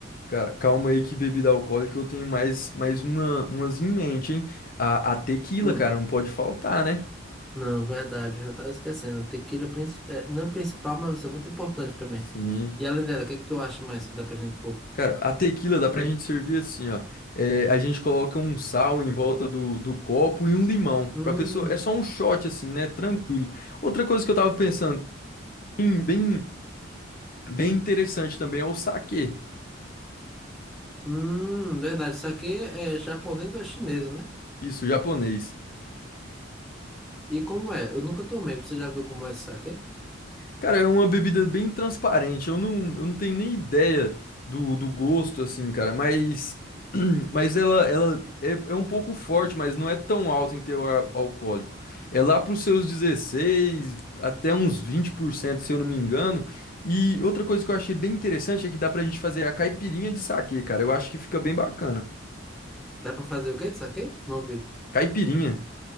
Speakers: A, on the left (about 45°); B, in the centre.
A: Cara, calma aí que bebida alcoólica eu tenho mais, mais uma, umas em mente, hein? A, a tequila,
B: Hum,
A: cara, não pode faltar, né?
B: não, verdade, eu já tava esquecendo. A Tequila princi- é, não é principal, mas vai ser muito importante também.
A: Sim.
B: E além dela, o que que tu acha mais que dá pra gente pôr?
A: Cara, a tequila dá pra gente servir assim, ó. É, a gente coloca um sal em volta do, do copo e um limão.
B: Hum,
A: Pra pessoa, é só um shot assim, né? Tranquilo. Outra coisa que eu tava pensando, bem, bem, bem interessante também, é o saquê.
B: hum, verdade, isso aqui é japonês ou é chinesa, né?
A: Isso, japonês.
B: E como é? Eu nunca tomei. Você já viu como é esse saquê?
A: Cara, é uma bebida bem transparente. Eu não, eu não tenho nem ideia do, do gosto, assim, cara. Mas, <clears throat> mas ela, ela é, é um pouco forte, mas não é tão alta em teor al- alcoólico. É lá para os seus 16 até uns 20%, se eu não me engano. E outra coisa que eu achei bem interessante é que dá pra gente fazer a caipirinha de saquê, cara. Eu acho que fica bem bacana.
B: Dá pra fazer o quê de saquê? Não vi.
A: Caipirinha.